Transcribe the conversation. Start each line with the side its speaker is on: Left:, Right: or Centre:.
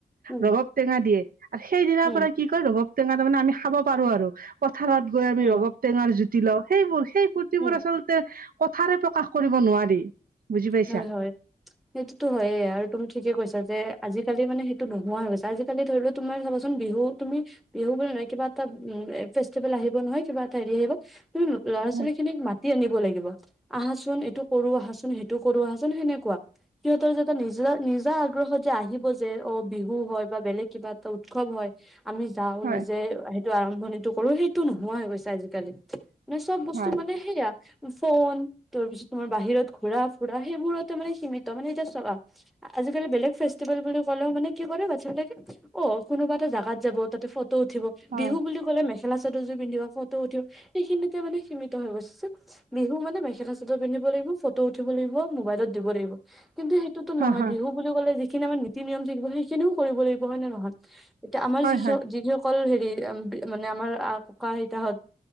Centre: উম
Right: ৰবাব টেঙা দিয়ে আৰু সেইদিনাৰ
Centre: উম
Right: পৰা কি কয় বৰাব টেঙা তাৰমানে আমি খাব পাৰো আৰু, পথাৰত গৈ আমি
Centre: উম
Right: ৰবাৱ টেঙাৰ জুতি লওঁ সেইবোৰ সেই ফূৰ্তিবোৰ
Centre: উম
Right: আচলতে কথাৰে প্ৰকাশ কৰিব নোৱাৰি। বুজি পাইছা
Centre: হয় হয়। সেইটোতো হয়ে, আৰু তুমি ঠিকে কৈছা যে আজিকালি মানে সেইটো নোহোৱা হৈ গৈছে আজিকালি ধৰি লও তোমাৰ চাবাচোন বিহু তুমি বিহু বুলি নহয় কিবা এটা উম ফেষ্টিভেল আহিব নহয় কিবা এটা হেৰি আহিব তুমি ল'ৰা ছোৱালী
Right: হয়
Centre: খিনিক মাতি আনিব লাগিব আহাচোন এইটো কৰো আহাচোন সেইটো কৰো আহাচোন সেনেকুৱা, সিহঁতৰ যে এটা নিজা নিজা আগ্ৰহত যে আহিব যে অ বিহু হয় বা বেলেগ কিবা এটা উৎসৱ হয় আমি যাও
Right: হয়
Centre: নিজে টো আৰম্ভণিটো কৰো সেইটো নোহোৱা হৈ গৈছে আজিকালি, মানে চব বস্তু
Right: হয়
Centre: মানে সেইয়া ফোন তাৰপিছত তোমাৰ বাহিৰত ঘোৰা ফুৰা সেইবোৰতে মানে সীমিত মানে এতিয়া চাবা আজিকালি বেলেগ ফেষ্টিভেল বুলি ক'লেও মানে কি কৰে বাচ্ছাি বিলাকে অ কোনোবা এটা জাগাত যাব তাতে ফটো উঠিব,
Right: হয়
Centre: বিহু বুলি ক কলে মেখা চাদৰযোৰ পিন্ধিব ফটো উঠিব স এইখিনিতে মানে সীমিত হৈ গৈছে। বিহু মানে মেখেল চাদৰ পিন্ধিব লাগিব ফটো উঠ দিব লাগিব মুবাইলত দিব লাগিব, কিন্তু সেইটো নহয়
Right: হয়
Centre: বিহু বুলি ক'লে যিখিনি আমাৰ নীতি নিয়ম থাকিব সেইখিনিও কৰিব লাগিব, হয় নে নহয়? এতিয়া আমাৰ
Right: হয়
Centre: যি সক যি হওক অকল হেৰি মানে আমাৰ ককা-আইতাহত